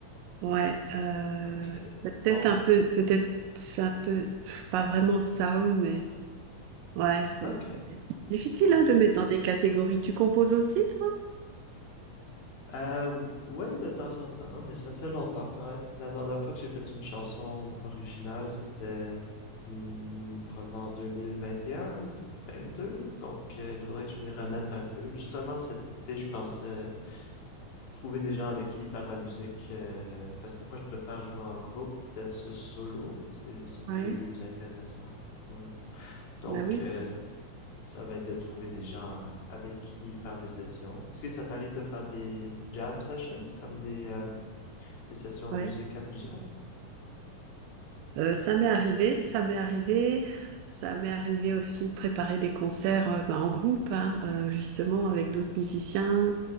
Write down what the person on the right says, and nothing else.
Ouais, euh,
peut-être
un peu, peut-être un peu, pff, pas vraiment soul, mais ouais, c'est
c'est difficile
hein, de mettre dans des catégories. Tu composes aussi, toi?
Ouais,
bah oui,
c'est
ouais.
Euh, ça m'est arrivé, ça m'est arrivé, ça m'est arrivé aussi de préparer des concerts euh, bah, en groupe, hein, euh, justement avec d'autres musiciens